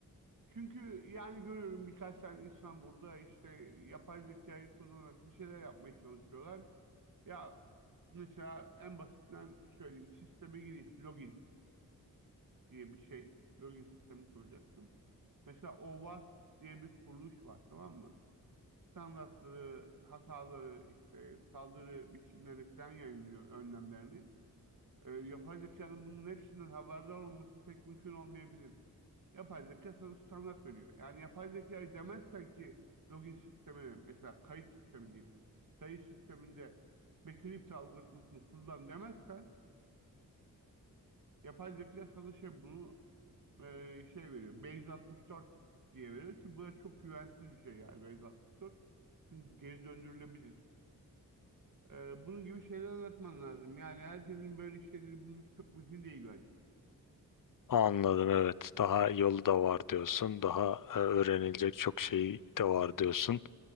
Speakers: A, on the right; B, on the left.
A: Çünkü yani görüyorum birkaç tane insan burada işte yapay zekayı kullanarak bir şeyler yapmaya çalışıyorlar. Ya mesela en basitinden söyleyeyim sisteme giriş, login diye bir şey. Login sistemi kuracaksın. Mesela OWASP diye bir kuruluş var tamam mı? Standartları, hataları, işte saldırı biçimlerini falan yayınlıyor önlemlerini. Ee, yapay zekanın bunun hepsinden haberdar olması pek mümkün olmayabilir. Yapay zeka sana standart veriyor. Yani yapay zekayı demezsen ki login sistemi mesela kayıt sistemi diyeyim. Kayıt sisteminde Bakelite algoritmasını kullan demezsen yapay zeka sana şey bunu e, şey veriyor. Base 64 diye veriyor ki bu da çok güvensiz bir şey yani Base 64. Çünkü geri döndürülebilir. E, bunun gibi şeyler anlatman lazım. Yani herkesin böyle şeyleri bilmesi çok mümkün değil bence.
B: Anladım evet. Daha yolu da var diyorsun. Daha e, öğrenilecek çok şey de var diyorsun.